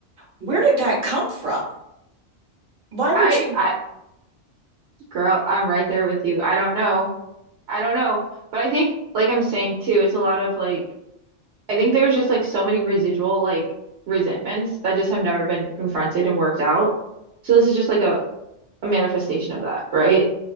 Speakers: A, on the right; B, on the right.
A: Where did that come from? Why would
B: I
A: you?
B: girl, I'm right there with you. I don't know. I don't know. But I think like I'm saying too, it's a lot of like I think there's just like so many residual like resentments that just have never been confronted and worked out. So this is just like a, a manifestation of that, right?